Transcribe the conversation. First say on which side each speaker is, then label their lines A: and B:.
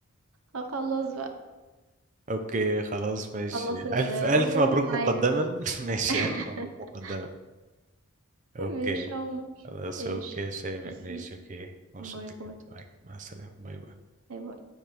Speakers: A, on the right; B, on the right.
A: خلّص بقى،
B: أوكي خلاص ماشي
A: خلّص الorder
B: ألف ألف مبروك
A: اللي معايا
B: مقدما
A: يعني.
B: <laughs> ماشي
A: <laughs>
B: ألف مبروك مقدما أوكي
A: ماشي يا عمر،
B: خلاص
A: ماشي.
B: أوكي شيماء
A: ميرسي،
B: ماشي أوكي مبسوط
A: باي،
B: كنت
A: باي،
B: معاك مع السلامة باي باي
A: باي، باي.